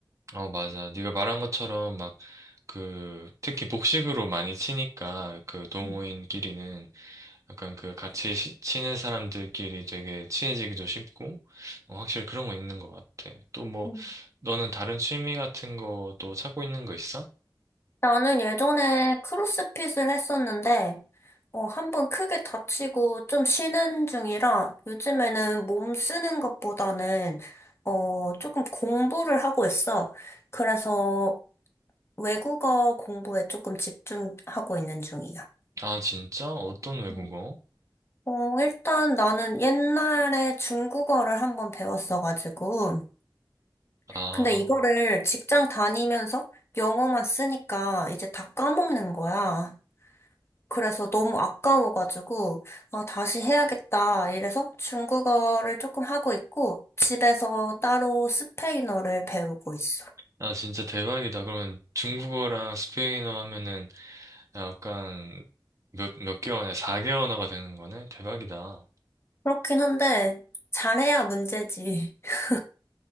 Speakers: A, on the right; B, on the left.
A: 어 맞아. 네가 말한 것처럼 막 그 특히 복식으로 많이 치니까 그 동호인끼리는
B: 음.
A: 약간 그 같이 시- 친한 사람들끼리 되게 친해지기도 쉽고, 어, 확실히 그런 건 있는 것 같아. 또 뭐,
B: 음.
A: 너는 다른 취미 같은 거 또 찾고 있는 거 있어?
B: 나는 예전에 크로스핏을 했었는데, 어, 한번 크게 다치고 좀 쉬는 중이라 요즘에는 몸 쓰는 것보다는, 어, 조금 공부를 하고 있어. 그래서 외국어 공부에 조금 집중하고 있는 중이야.
A: 아, 진짜? 어떤 외국어?
B: 음. 어, 일단 나는 옛날에 중국어를 한번 배웠어가지고,
A: 아,
B: 근데 이거를 직장 다니면서 영어만 쓰니까 이제 다 까먹는 거야. 그래서 너무 아까워가지고, 아, 다시 해야겠다. 이래서 중국어를 조금 하고 있고, 집에서 따로 스페인어를 배우고 있어.
A: 아, 진짜 대박이다. 그러면 중국어랑 스페인어 하면은 약간 몇, 몇 개월에 4개 언어가 되는 거네? 대박이다.
B: 그렇긴 한데, 잘해야 문제지. <laughs>